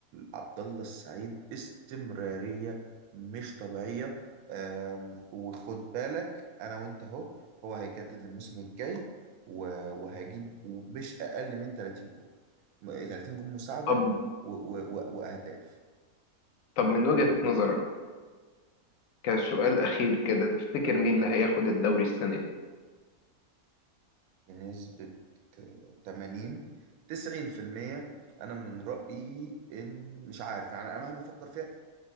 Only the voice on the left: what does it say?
طب
طب من وجهه نظرك كسؤال اخير كده تفتكر مين اللي هياخد الدوري السنه دي